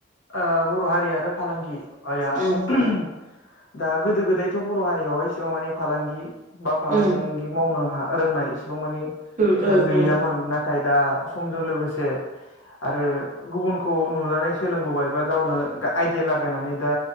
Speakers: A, on the left; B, on the right.
A: ओ बर' हारि आरो फालांगि। आया
B: उम
A: <inaudible> दा गोदो गोदायथ' बर' हारियाआवहाय इसेबां मानि फालांगि। बा फालांगि
B: उम
A: मावनो हा रोंनाय बिसिबां मानि
B: उम
A: गैयामोन । नाथाय दा सम लोगोसे आरो गुबुन खौ नुनानै सोलोंबोबाय बा गावनो आइदिया लागायनानै दा